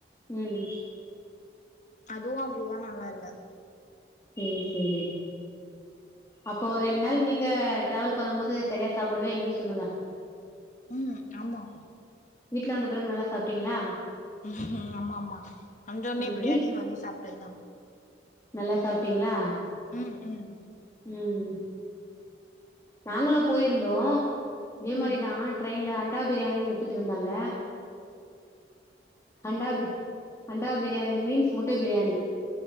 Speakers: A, on the left; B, on the left.
A: ம்
B: அதுவு அவ்ளோவா நல்லால்ல
A: சேரி சேரி அப்போ ரெண்டு நாள் நீங்க டிராவல் பண்ணும் போது சரியா சாப்புடவே இல்லன்னு சொல்லுங்க
B: ம் ஆமா
A: வீட்ல வந்த பிறகு நல்லா சாப்டீங்களா
B: ம் ஆமா ஆமா வந்தொன்னே
A: ம்
B: பிரியாணி
A: வீட்
B: வாங்கி சாப்டதுதா
A: நல்லா சாப்டீங்களா
B: ம் ம்
A: ம் ம் நாங்களு போயிருந்தோ இதே
B: ம்
A: மாரிதா ட்ரெயின்ல அண்டா பிரியாணின்னு வித்துட்ருந்தாங்க அண்டா பிரி அண்டா பிரியாணி மீன்ஸ் முட்ட பிரியாணி